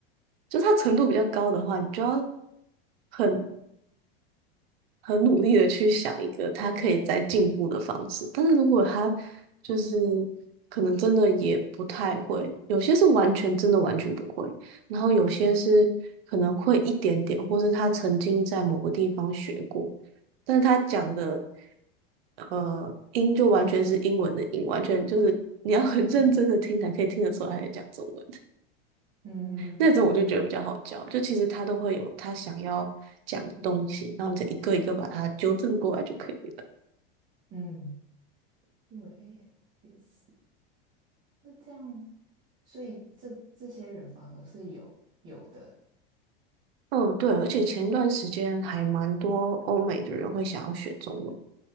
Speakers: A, on the right (about 75°); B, on the right (about 40°).
A: 就他程度比较高的话，你就要很很努力的去想一个他可以再进步的方式。但是如果他就是可能真的也不太会，有些是完全真的完全不会，然后有些是可能会一点点，或是他曾经在某个地方学过，但是他讲的呃音就完全是英文的音，完全就是你要很认真的听才可以听得出来他在讲中文。
B: <laughs> 嗯
A: 那种我就觉得比较好教，就其实他都会有他想要讲的东西，然后你再一个一个把它纠正过来就可以了。
B: 嗯，对耶也是。那这样，所以这这些人反而是有有的，
A: 嗯，对，而且前一段时间还蛮多欧美的人会想要学中文，